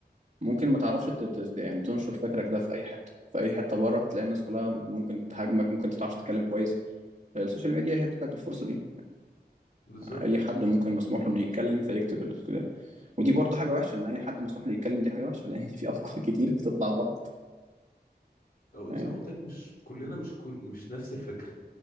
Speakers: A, on the right; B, on the left.
A: ممكن ما تعرفش ت- ت- يعني تنشر فكرك ده في اي حتة في اي حتة بره هتلاقي الناس كلها ممكن تهاجمك ممكن ما تعرفش تتكلم كويس السوشيال ميديا هي ادتك الفرصة دي
B: بالظبط
A: اي حد ممكن مسموح له انه يتكلم فيكتب ال- ودي برضه حاجة وحشة ان اي حد مسموح له يتكلم دي حاجة وحشة لان في افكار كتير بتطلع غلط
B: أو
A: فاهم
B: زي ما قلت لك مش كلنا مش كل مش نفس الفكرة